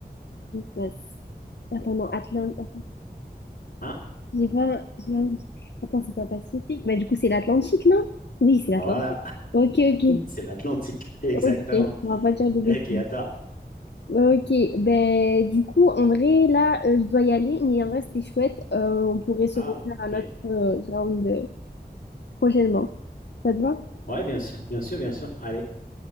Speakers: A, on the left; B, on the left.
A: bah, c'est- attends, non, Atlantique... Attends,
B: Ah,
A: j'ai pas... j'ai pas- Attends, c'est pas Pacifique. Bah, du coup, c'est l'Atlantique, non? Oui, c'est l'Atlantique.
B: voilà, <laughs>
A: Ok, ok.
B: c'est l'Atlantique, exactement.
A: Ok, on va pas dire de bêtises.
B: Ok, attends.
A: Ok, ben du coup, en vrai, là, euh, je dois y aller, mais en vrai, c'était chouette. Euh, on pourrait se
B: Ah,
A: refaire
B: ok.
A: à notre euh, round. euh, prochainement. Ça te va?
B: Ouais, bien sûr, bien sûr, bien sûr. Allez,